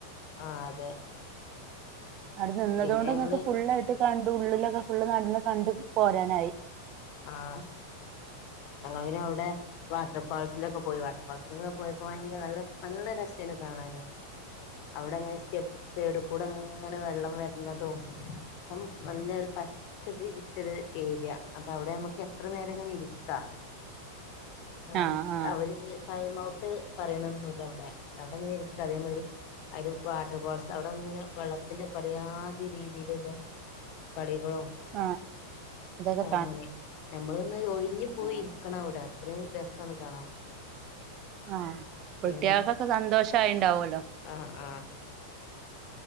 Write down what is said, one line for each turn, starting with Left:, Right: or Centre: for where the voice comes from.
Left: ആ അതെ
Right: അവ്‌ടെ നിന്നത്കൊണ്ട്
Left: പിന്നെ ഞങ്ങള്
Right: ങ്ങക്ക് ഫുള്ളായിട്ട് കണ്ട് ഉള്ളിലൊക്കെ ഫുള്ള് നടന്ന് കണ്ട് പോരാനായി.
Left: ആഹ് ഞങ്ങള് പിന്നെ അവ്ടെ വാട്ടർ ഫാൾസിലൊക്കെ പോയി വാട്ടർ ഫാൾസിലൊക്കെ പോയപ്പോ ഭയങ്കര നല്ല നല്ല രസയിനു കാണാന് അവിടെ ഇങ്ങനെ സ്റ്റെപ് സൈഡു കൂടെ ങ്ങനെ വെള്ളം വെർനതും അം നലെരു പ <unintelligible> ഡിജിറ്റൽ ഏരിയ അപ്പം അവിടെ ഞമക്ക് എത്ര നേരം ഇങ്ങനെ ഇരിക്കാ ആ
Right: ആഹ് ആഹ്
Left: അവര് ത് ടൈം ഔട്ട് പറീണൊന്നൂല്ല അവ്ടെ അവിടങ്ങനെ ഇരിക്ക അതേമാതിരി ഒരു വാട്ടർ ഫാൾസ് അവിടെ ങ്ങനെ വള്ളത്തിന്റെ പലയാതി രീതിയിലില്ലെ കളികളോ
Right: ആഹ് എന്തൊക്കെ
Left: കാണാന് നമ്മളൊന്ന് ഒഴിഞ്ഞു പോയി
Right: ആഹ്
Left: ഇരിക്കണം അവ്ടെ അത്രേം രസാണ് കാണാന്
Right: ആഹ്
Left: പിന്നെ
Right: കുട്ട്യാക്കൊക്കെ സന്തോഷായിണ്ടാവല്ലോ
Left: ആഹ് ആഹ്